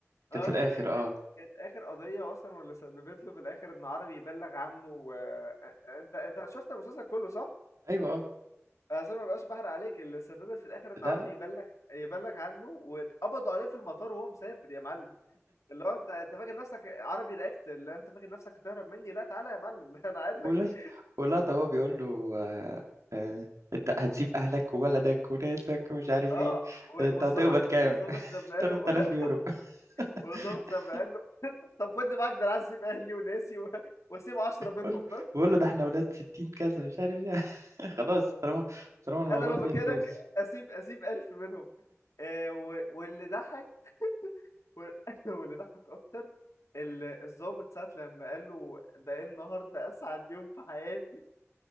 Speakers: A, on the right (about 80°); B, on the left (about 80°).
A: كانت
B: انا بقول
A: في الاخر
B: لك دي كانت
A: اه
B: كانت اخر قضيه اصلا واللي سببت له في الاخر ان عربي يبلغ عنه و... انت انت شفت المسلسل كله صح
A: ايوه اه
B: عشان ما بقاش بحرق عليك اللي سببت في الاخر ان
A: لا
B: عربي
A: لا
B: يبلغ يبلغ عنه واتقبضوا عليه في المطار وهو مسافر يا معلم اللي هو انت انت فاكر نفسك عربي رياكت اللي انت فاكر نفسك هتهرب مني لا تعالى يا معلم <laughs> انا قاعد
A: والواد
B: لك
A: واللقطه هو بيقول له آه آه انت هتسيب اهلك وولدك وناسك ومش عارف
B: اه
A: ايه
B: و-
A: انت
B: والظابط
A: هتقبض كام
B: والظابط
A: <laughs>
B: لما قال
A: 8000
B: له <laughs>
A: يورو
B: والظابط
A: <laughs>
B: لما قال له طب خد معاك ده انا عايز اسيب اهلي وناسي و... واسيب 10 منهم
A: بقول له بقول له ده احنا ولاد 60 كذا مش عارف ايه <laughs> خلاص طالما طالما الموضوع
B: انا لو مكانك
A: فيها فلوس
B: اسيب اسيب الف منهم آه و- واللي ضحك وال- <laughs> واللي ضحك اكتر ال- الضابط ساعة لما قال له ده إيه النهارده اسعد يوم في حياتي